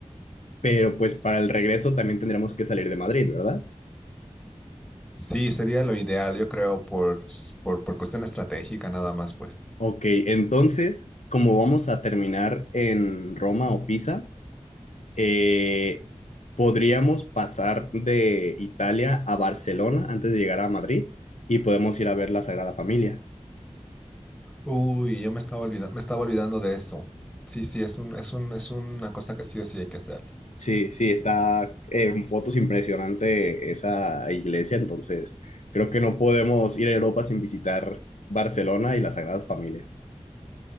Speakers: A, on the left; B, in the centre.
A: pero pues para el regreso también tendríamos que salir de Madrid, ¿verdad?
B: Sí, sería lo ideal, yo creo, por, s- por, por cuestión estratégica nada más, pues.
A: Ok, entonces, como vamos a terminar en Roma o Pisa, eh, podríamos pasar de Italia a Barcelona antes de llegar a Madrid y podemos ir a ver la Sagrada Familia.
B: Uy, yo me estaba olvidando, me estaba olvidando de eso. Sí, sí, es un, es un, es una cosa que sí o sí hay que hacer.
A: Sí, sí, está en fotos impresionante esa iglesia, entonces creo que no podemos ir a Europa sin visitar Barcelona y la Sagrada Familia.